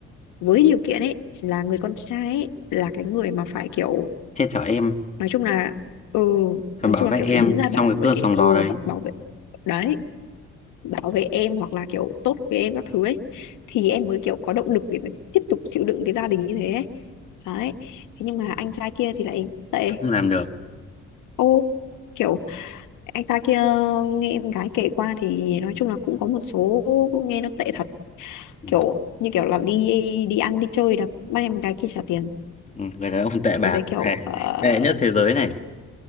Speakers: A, on the left; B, on the left.
A: với điều kiện ấy là người con trai ấy, là cái người mà phải kiểu
B: che chở em
A: nói chung là ừ nói
B: và bảo
A: chung là
B: vệ
A: kiểu
B: em
A: phải đứng ra
B: trong
A: bảo
B: cái
A: vệ
B: cơn sóng
A: ừ
B: gió đấy
A: bảo, bảo vệ đấy bảo vệ em hoặc là kiểu tốt với em các thứ ấy thì em mới kiểu có động lực để mà tiếp tục chịu đựng cái gia đình như thế ấy. Đấy. Thế nhưng mà anh trai kia thì lại tệ.
B: không làm được
A: Ô kiểu anh trai kia nghe em gái kể qua thì nói chung là cũng có một số nghe nó tệ thật
B: ừ.
A: kiểu như kiểu là đi đi ăn đi chơi là bắt em gái kia trả tiền
B: Ừ. người đàn ông tệ bạc
A: tôi thấy kiểu
B: thề
A: ờ,
B: tệ nhất thế giới này